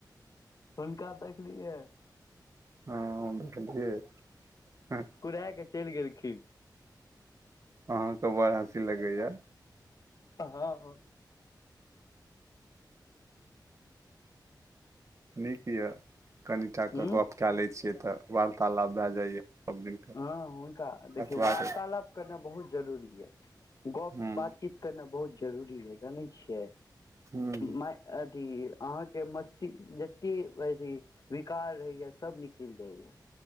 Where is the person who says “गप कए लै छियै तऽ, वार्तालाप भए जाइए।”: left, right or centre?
Right